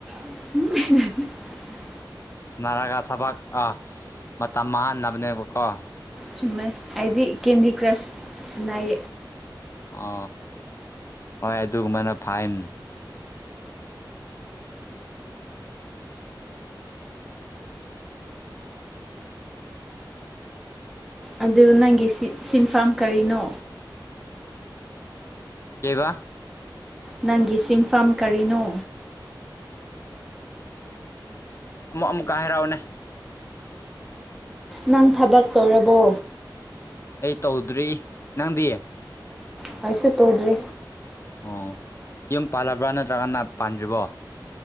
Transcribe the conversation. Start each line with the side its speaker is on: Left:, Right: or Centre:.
Centre: ꯎꯝ
Left: ꯁꯔꯒ ꯊꯕꯛ ꯑ ꯃꯇꯝ ꯃꯥꯡꯍꯟꯅꯕꯅꯦꯕꯀꯣ
Centre: ꯆꯩꯝꯃꯦ ꯐꯩꯗꯤ ꯀꯦꯟꯗꯤ ꯀ꯭ꯔꯁ ꯁꯅꯩ
Left: ꯑ ꯍꯣꯏ ꯑꯗꯨꯒꯃꯥꯏꯅ ꯐꯥꯏꯟ
Centre: ꯑꯗꯨ ꯅꯪꯒꯤ ꯁꯤꯟꯐꯝ ꯀꯔꯤꯅꯣ
Left: ꯀꯦꯕ
Centre: ꯅꯪꯒꯤ ꯁꯤꯟꯐꯝꯥ ꯀꯔꯤꯅꯣ
Left: ꯑꯃꯨꯛ ꯑꯃꯨꯛꯀꯥꯏ ꯍꯔꯥꯛꯑꯣꯅꯦ
Centre: ꯅꯪ ꯊꯕꯛ ꯇꯧꯔꯕꯣ
Left: ꯑꯩ ꯇꯧꯗ꯭ꯔꯤ ꯅꯪꯗꯤ
Centre: ꯐꯩꯁꯨ ꯇꯧꯗ꯭ꯔꯤ
Left: ꯑꯣ ꯌꯨꯝ ꯄꯥꯂꯔꯕ꯭ꯔꯥ ꯅꯠꯇ꯭ꯔꯒꯅ ꯄꯥꯟꯗ꯭ꯔꯤꯕꯣ